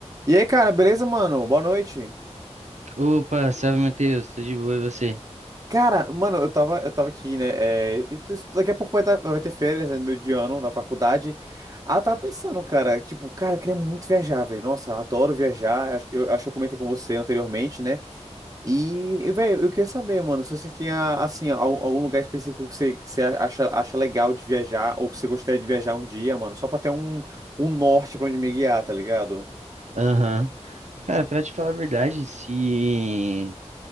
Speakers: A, on the right; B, on the right.
A: E aí, cara, beleza, mano? Boa noite.
B: Opa, salve Matheus, tô de boa e você?
A: Cara, mano, eu tava, eu tava aqui, né? é, e tu- daqui a pouco vai, tá- vai ter férias, né, no meu de ano, da faculdade. Ah, eu tava pensando, cara, tipo, cara, eu queria muito viajar, velho. Nossa, adoro viajar. Acho- Eu acho que eu comentei com você anteriormente, né? E, velho, eu queria saber, mano, se você tinha, assim, al- algum lugar específico que você, que você acha, acha legal de viajar ou que você gostaria de viajar um dia, mano, só pra ter um, um norte pra onde me guiar, tá ligado?
B: Aham. Cara, pra te falar a verdade, se.